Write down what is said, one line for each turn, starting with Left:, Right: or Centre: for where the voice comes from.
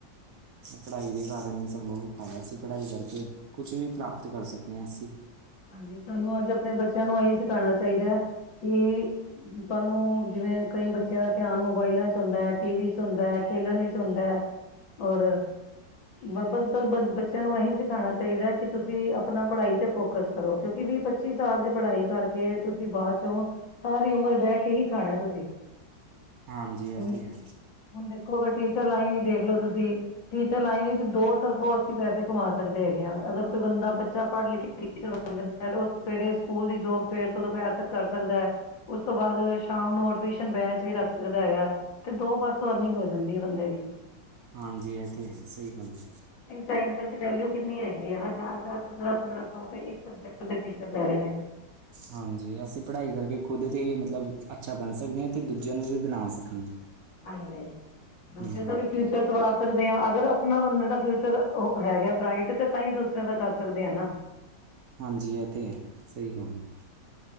Right: ਪੜ੍ਹਾਈ ਦੇ ਕਾਰਨ ਨ ਸੰਭਵ ਹੋ ਪਾਇਆ ਸੀ, ਪੜ੍ਹਾਈ ਕਰਕੇ ਕੁਛ ਵੀ ਪ੍ਰਾਪਤ ਕਰ ਸਕਦੇ ਹਾਂ ਅਸੀਂ।
Left: ਹਾਂਜੀ, ਸਾਨੂੰ ਅੱਜ ਆਪਣੇ ਬੱਚਿਆਂ ਨੂੰ ਇਹੀ ਸਿਖਾਣਾ ਚਾਹੀਦਾ ਕਿ ਤੁਹਾਨੂੰ ਜਿਵੇਂ ਕਈ ਬੱਚਿਆਂ ਦਾ ਧਿਆਨ ਮੋਬਾਇਲਾਂ ਚ ਹੁੰਦਾ ਹੈ, ਟੀ ਵੀ ਚ ਹੁੰਦਾ ਹੈ, ਖੇਲਣ ਵਿੱਚ ਹੁੰਦਾ ਹੈ। ਔਰ ਬ ਬਸ ਬ ਬਸ ਬੱਚਿਆਂ ਨੂੰ ਇਹੀ ਸਿਖਾਉਣਾ ਚਾਹੀਦਾ ਹੈ, ਕਿ ਤੁਸੀਂ ਆਪਣਾ ਪੜ੍ਹਾਈ ਤੇ ਫੋਕਸ ਕਰੋ, ਕਿਉਂਕਿ ਵੀਹ ਪੱਚੀ ਸਾਲ ਦੀ ਪੜ੍ਹਾਈ ਕਰਕੇ ਤੁਸੀਂ ਬਾਅਦ ਚੋਂ ਸਾਰੀ ਉਮਰ ਬਹਿ ਕੇ ਹੀ ਖਾਣਾ ਤੁਸੀਂ।
Right: ਹਾਂਜੀ, ਇਹ
Left: ਹੁਣ
Right: ਤੇ ਹੈ।
Left: ਹੁਣ ਦੇਖੋ ਅਗਰ ਟੀਚਰ ਲਾਈਨ ਹੀ ਦੇਖ ਲੋ ਤੁਸੀਂ। ਟੀਚਰ ਲਾਈਨ ਵਿੱਚ ਦੋ ਤਰਫੋਂ ਅਸੀਂ ਪੈਸੇ ਕਮਾ ਸਕਦੇ ਹੈਗੇ ਹਾਂ, ਅਗਰ ਕੋਈ ਬੰਦਾ ਬੱਚਾ ਪੜ੍ਹ ਲਿਖ ਕੇ ਉਹ ਸਵੇਰੇ ਸਕੂਲ ਦੀ ਜੋਬ ਸਵੇਰ ਤੋਂ ਦੁਪਹਿਰ ਤੱਕ ਕਰ ਸਕਦਾ ਹੈ। ਉਸ ਤੋਂ ਬਾਅਦ ਸ਼ਾਮ ਨੂੰ ਟਿਊਸ਼ਨ ਬੈਂਚ ਵੀ ਰੱਖ ਸਕਦਾ ਹੈਗਾ। ਤੇ ਦੋ ਪਾਸੋਂ ਅਰਨਿੰਗ ਹੋ ਜਾਂਦੀ ਹੈ ਬੰਦੇ ਦੀ।
Right: ਹਾਂਜੀ, ਇਹ ਤਾਂ ਹੈ ਸਹੀ ਗੱਲ ਹੈ।
Left: ਪੈਸੇ ਦੀ ਵੈਲਊ ਕਿੰਨੀ ਹੈਗੀ ਹੈ ਹਜ਼ਾਰ-ਹਜ਼ਾਰ ਪੰਦਰਾਂ- ਪੰਦਰਾਂ ਸੌ ਇੱਕ ਸਬਜੈਕਟ ਦੇ ਟੀਚਰ ਲੈ ਰਹੇ ਨੇ।
Right: ਹਾਂਜੀ, ਅਸੀਂ ਪੜ੍ਹਾਈ ਕਰਕੇ ਖੁਦ ਦੇ ਮਤਲਬ ਅੱਛਾ ਬਣ ਸਕਦੇ ਹਾਂ, ਤੇ ਦੂਜਿਆਂ ਨੂੰ ਵੀ ਬਣਾ ਸਕਦੇ ਹਾਂ।
Left: ਹਾਂਜੀ, ਦੂਜਿਆਂ
Right: ਹੂੰ
Left: ਦਾ ਵੀ ਫੀਯੂ ਫਿਊਚਰ ਸਵਾਰ ਸਕਦੇ ਹਾਂ। ਅਗਰ ਆਪਣਾ ਬੰਦੇ ਦਾ ਫਿਊਚਰ ਹੈਗਾ ਬਰਾਈਟ, ਤੇ ਤਾਂ ਹੀ ਦੂਸਰਿਆਂ ਦਾ ਕਰ ਸਕਦੇ ਆ ਨਾ।
Right: ਹਾਂਜੀ, ਇਹ ਤਾਂ ਹੈ ਸਹੀ ਗੱਲ ਹੈ।